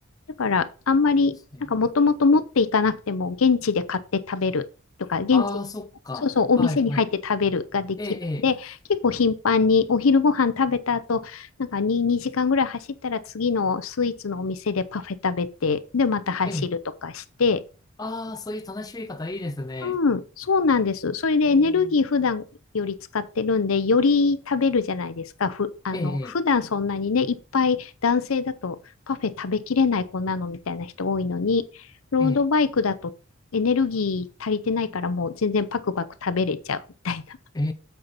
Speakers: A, on the left; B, on the left.
A: だから、あんまり、
B: ですね。
A: なんかもともと持っていかなくても、現地で買って食べるとか、現地、
B: ああ、そっか。
A: そうそう、お店に入って食べるができるんで、
B: はいはい。ええ、
A: 結構頻繁にお昼ご飯食べた後、なんか 2, 2時間ぐらい走ったら次のスイーツのお店でパフェ食べて、で、また走るとかして、
B: ええ、ええ。ああ、そういう楽しみ方いいですね。
A: うん、そうなんです。それでエネルギー普段より使ってるんで、
B: ええ、
A: より食べるじゃないですか。ふ、あの、
B: ええ、
A: 普段そんなにね、いっぱい男性だとパフェ食べきれない子なのみたいな人多いのに、ロードバイクだとエネルギー足りてないからもう全然パクパク食べれちゃうみたいな。
B: ええ、え